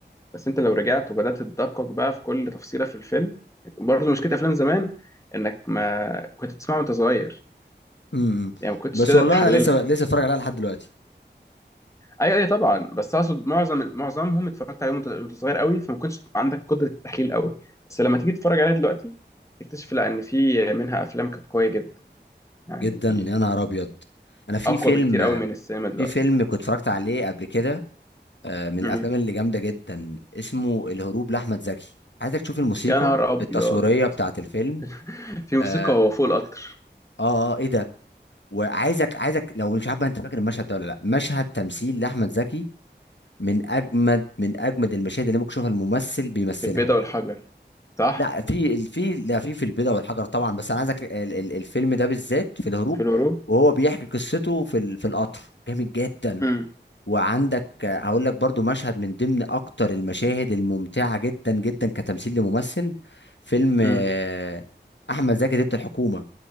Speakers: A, on the left; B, on the left.
A: بس أنت لو رجعت وبدأت تدقق بقى في كل تفصيلة في الفيلم برضو مشكلة أفلام زمان إنك ما كنت تسمعها وأنت صغير
B: امم
A: يعني ما كنتش
B: بس
A: تقدر
B: والله
A: تحللها
B: انا لسه لسه اتفرج عليها لحد دلوقتي
A: ايوه ايوه طبعا بس اقصد معظم معظمهم اتفرجت عليهم وانت وأنت صغير قوي فما كنتش عندك قدره التحليل قوي بس لما تيجي تتفرج عليها دلوقتي تكتشف لا ان في منها افلام كانت قويه جدا يعني
B: جدا يا نهار ابيض انا في
A: اقوى
B: فيلم
A: بكتير قوي من السينما دلوقتي
B: في فيلم كنت اتفرجت عليه قبل كده آه، من الافلام
A: مم.
B: اللي جامدة جدا اسمه الهروب لاحمد زكي عايزك تشوف الموسيقى
A: يا نهار ابيض
B: التصويرية بتاعت الفيلم
A: <laughs> في موسيقى
B: اه
A: وهو فوق القطر
B: اه, آه ايه ده وعايزك عايزك لو مش عارف بقى انت فاكر المشهد ده ولا لا مشهد تمثيل لاحمد زكي من اجمد من اجمد المشاهد اللي ممكن تشوفها الممثل بيمثلها
A: في البيضة والحجر صح
B: لا في في لا في في البيضة والحجر طبعا بس انا عايزك ال- ال- الفيلم ده بالذات في الهروب
A: في الغروب
B: وهو بيحكي قصته في ال- في القطر جامد جدا
A: امم
B: وعندك آه، هقول لك برضو مشهد من ضمن اكتر المشاهد الممتعة جدا جدا كتمثيل لممثل فيلم آه،
A: امم
B: احمد زكي ضد الحكومة